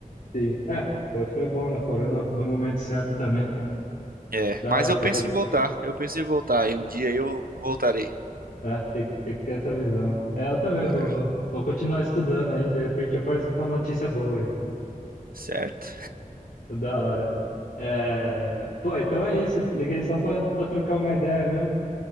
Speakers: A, on the left; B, on the right.
A: sim. É, foi, foi bom, né? Parou no, no momento certo também.
B: É,
A: Da
B: mas
A: hora,
B: eu
A: tem,
B: penso
A: tem,
B: em voltar, eu penso em voltar, e um dia eu voltarei.
A: é, tem, tem que ter essa visão. É, eu também
B: É,
A: vou, vou, vou continuar estudando aí, de repente aparece com uma notícia boa aí.
B: certo.
A: Da hora. É, pô, então é isso. Liguei só pra, pra trocar uma ideia mesmo.